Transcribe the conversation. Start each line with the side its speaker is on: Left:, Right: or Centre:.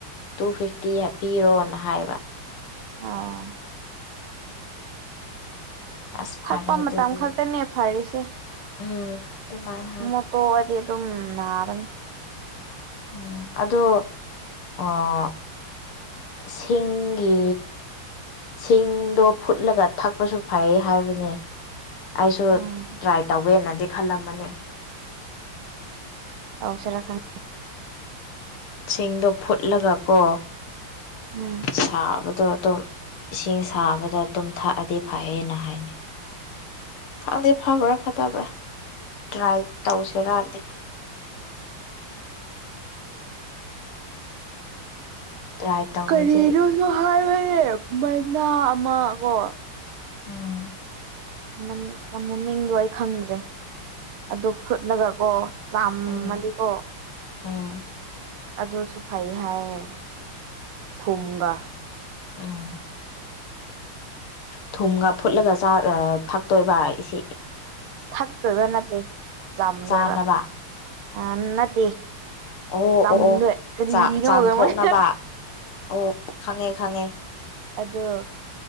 Left: ꯇꯨ ꯐꯤꯐꯇꯤ ꯍꯥꯞꯄꯤꯔꯣꯅ ꯍꯥꯏꯕ
Right: ꯑꯥ
Left: ꯑꯁ ꯐꯔꯦ
Right: ꯊꯛꯄ
Left: ꯑꯗꯨꯗꯤ
Right: ꯃꯇꯝ ꯈꯛꯇꯅꯦ ꯐꯔꯤꯁꯦ
Left: ꯎꯝ ꯇꯨꯃꯥꯏ ꯍꯥꯏ
Right: ꯑꯃꯨꯛ ꯇꯣꯛꯑꯗꯤ ꯑꯗꯨꯝ ꯅꯥꯕꯅꯤ
Left: ꯎꯝ ꯑꯗꯣ ꯑꯥ ꯁꯤꯡꯒꯤ ꯁꯤꯡꯗꯣ ꯐꯨꯠꯂꯒ ꯊꯛꯄꯁꯨ ꯐꯩ ꯍꯥꯏꯕꯅꯦ ꯑꯩꯁꯨ
Right: ꯎꯝ
Left: ꯇ꯭ꯔꯥꯏ ꯇꯧꯒꯦꯅꯗꯤ ꯈꯜꯂꯝꯕꯅꯤ
Right: ꯇꯧꯁꯤꯔꯥ ꯈꯪ
Left: ꯁꯤꯡꯗꯣ ꯐꯨꯠꯂꯒ ꯀꯣ
Right: ꯎꯝ
Left: ꯁꯥꯕꯗꯣ ꯑꯗꯨꯝ ꯏꯁꯤꯡ ꯁꯥꯕꯗ ꯑꯗꯨꯝ ꯊꯛꯑꯗꯤ ꯐꯩꯌꯦꯅ ꯍꯥꯏꯅꯩ ꯈꯪꯗꯦ ꯐꯕ꯭ꯔꯥ ꯐꯠꯇꯕ꯭ꯔꯥ ꯇ꯭ꯔꯥꯏ ꯇꯧꯁꯤꯔꯗꯤ ꯈꯟꯕꯅꯤ ꯇ꯭ꯔꯥꯏ ꯇꯧꯔꯗꯤ
Right: ꯀꯔꯤꯅꯣꯁꯨ ꯍꯥꯏꯋꯅꯦ ꯃꯅꯥ ꯑꯃ ꯀꯣ
Left: ꯎꯝ
Right: ꯃꯝ ꯃꯃꯤꯡꯗꯣ ꯑꯩ ꯈꯪꯗ꯭ꯔꯦ ꯑꯗꯨ ꯐꯨꯠꯂꯒ ꯀꯣ ꯆꯥꯝꯃꯗꯤꯀꯣ
Left: ꯎꯝ ꯎꯝ
Right: ꯑꯗꯨꯁꯨ ꯐꯩꯌꯦ ꯍꯥꯏꯌꯦ ꯊꯨꯝꯒ
Left: ꯎꯝ ꯊꯨꯝꯒ ꯐꯨꯠꯂꯒ ꯆꯥ ꯊꯥꯛꯇꯣꯏꯕ ꯏꯁꯤ,
Right: ꯊꯛꯇꯣꯏꯕ ꯅꯠꯇꯦ ꯆꯝꯗꯣꯏꯕ
Left: ꯆꯥꯅꯕ
Right: ꯎꯝ ꯅꯠꯇꯦ
Left: ꯑꯣ
Right: ꯆꯝꯗꯣꯏ
Left: ꯑꯣ ꯑꯣ
Right: ꯀꯔꯤꯅꯣ
Left: ꯆꯥꯝꯊꯣꯛꯅꯕ
Right: ꯃꯣꯏ
Left: ꯑꯣ ꯈꯪꯉꯦ ꯈꯪꯉꯦ
Right: ꯑꯗꯣ